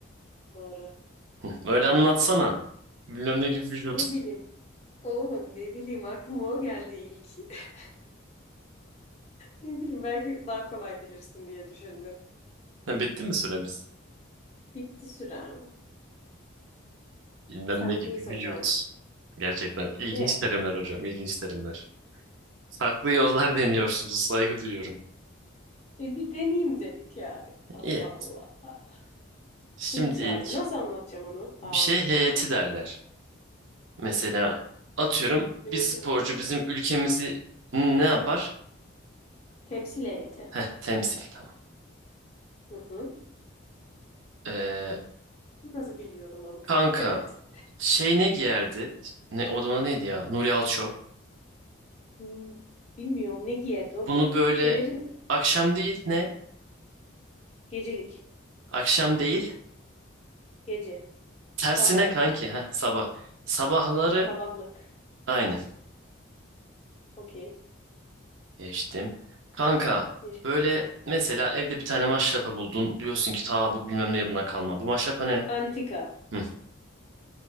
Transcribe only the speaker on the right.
Hı, Böyle
anlatsana. Bilmem ne gibi vücut.
<laughs>
Ha, Bitti mi süremiz?
Bilmem
ne gibi
vücut. Gerçekten ilginç
terimler hocam, ilginç terimler. Farklı yollar <laughs> deniyorsunuz, saygı duyuyorum.
İyi.
Şimdi
bir şey
heyeti
derler. Mesela atıyorum
bir sporcu
bizim ülkemizi ne yapar?
Heh, temsil tamam.
Ee,
kanka
şey ne giyerdi? Ne, o zaman neydi ya? Nuri Alço.
Bunu böyle
akşam değil ne?
Akşam değil.
Tersine
kanki. Heh, sabah. Sabahları
aynı.
Geçtim. Kanka
böyle
mesela evde bir tane maşrapa buldun. Diyorsun ki ta bu bilmem ne yılından kalma. Bu maşrapa ne?
Hı.